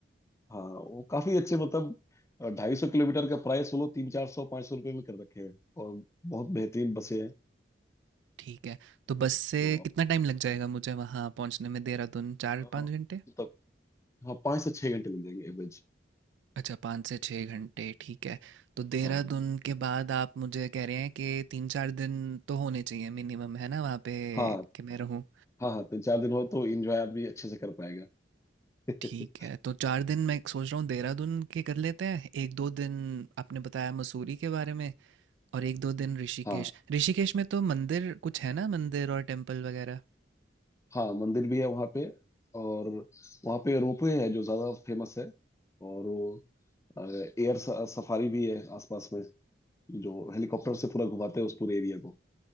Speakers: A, on the left; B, on the right.
A: हाँ वो काफी अच्छे मतलब ढाई सौ किलोमीटर का प्राइस वो लोग तीन चार सौ पाँच सौ रुपये में कर रखे हैं और बहुत बेहतरीन बसें हैं
B: ठीक है तो बस से
A: तो आप
B: कितना टाइम लग जाएगा मुझे वहाँ पहुँचने में देहरादून चार
A: हाँ,
B: पाँच घंटे
A: मतलब हाँ पाँच से छः घंटे लग जाएंगे एवरेज
B: अच्छा पाँच से छः घंटे ठीक है तो देहरादून
A: हाँ
B: के बाद आप मुझे कह रहे हैं कि तीन चार दिन तो होने चाहिए मिनिमम है ना वहाँ पे
A: हाँ
B: कि मैं रहूँ
A: हाँ हाँ तीन चार दिन हो तो इंजॉय आदमी अच्छे से कर पाएगा <laughs>
B: ठीक है तो चार दिन मैं सोच रहा हूँ देहरादून के कर लेते हैं एक दो दिन आपने बताया मसूरी के बारे में और 1-2 दिन ऋषिकेश।
A: हाँ
B: ऋषिकेश में तो मंदिर कुछ है ना मंदिर और टेंपल वगैरह?
A: हाँ मंदिर भी है वहाँ पे और वहाँ पे रोपवे है जो ज़्यादा फेमस है और वो एयर सफारी भी है आसपास में जो हेलीकॉप्टर से पूरा घुमाते हैं उस पूरे एरिया को